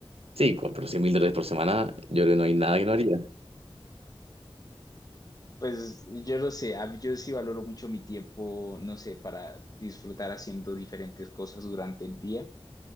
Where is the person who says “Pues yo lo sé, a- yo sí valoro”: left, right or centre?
Left